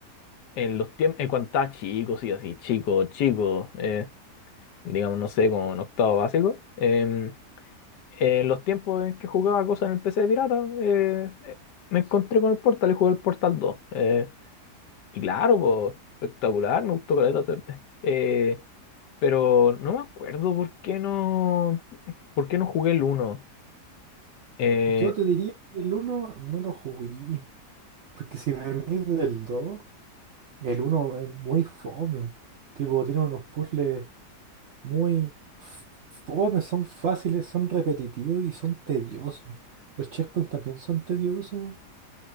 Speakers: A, on the left; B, on the right.
A: en los tiempos, en cuando estaba chico, sí, así, chico, chico, eh, digamos, no sé, como en octavo básico. em, En los tiempos en que jugaba cosas en el PC de pirata, eh, eh, me encontré con el Portal y jugué el Portal dos. Eh, y claro, po, espectacular, me gustó caleta. se- <laughs> eh, pero no me acuerdo por qué no, por qué no jugué el uno. Eh,
B: Yo te diría que el uno no lo jugué, porque si venís del 2, el uno es muy fome. Tipo, tiene unos puzzles muy fome, son fáciles, son repetitivos y son tediosos. Los checkpoints también son tediosos.